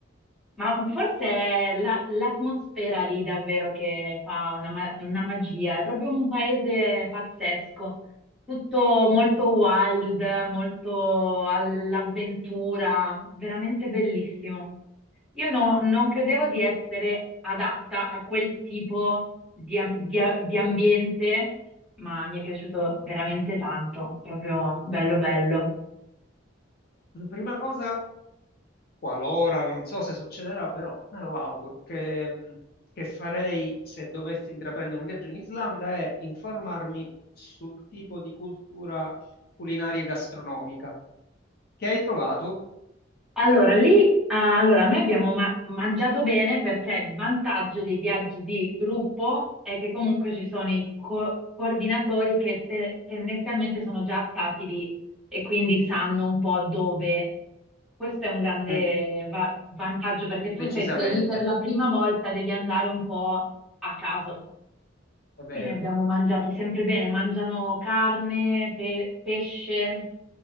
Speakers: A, in the centre; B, on the left.
A: Ma forse è la- l'atmosfera lì davvero che fa una, ma- una magia, è proprio un paese pazzesco, tutto molto wild, molto all'avventura, veramente bellissimo. Io no- non credevo di essere adatta a quel tipo di, am- di a- di ambiente, ma mi è piaciuto veramente tanto, proprio bello bello.
B: La prima cosa, qualora, non so se succederà, però me lo auguro, che, mh, che farei se dovessi intraprendere un viaggio in Islanda è informarmi sul tipo di cultura culinaria e gastronomica che hai trovato.
A: Allora, lì, eh, allora, noi abbiamo ma- mangiato bene perché il vantaggio dei viaggi di gruppo è che comunque ci sono i co- coordinatori che te- tendenzialmente sono già stati lì e quindi sanno un po' dove. Questo è un grande
B: Mm,
A: va- vantaggio perché tu
B: decisamente,
A: se sei lì per la prima volta devi andare un po' a caso.
B: è vero.
A: Quindi abbiamo mangiato sempre bene, mangiano carne, pe- pesce,